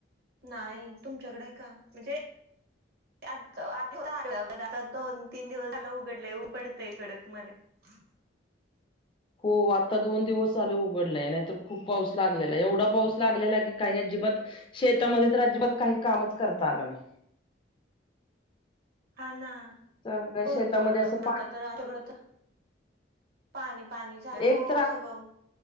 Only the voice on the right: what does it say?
नाही तुमच्याकडे आहे का? म्हणजे. आत आता आल दोन, तीन दिवस झालं उघडलंय उघडतय कडक मध्ये. <inaudible>
हा ना
भरपूर
आता,
तर आमच्याकड तर. पाणी पाणी झाल
हो
सगळं.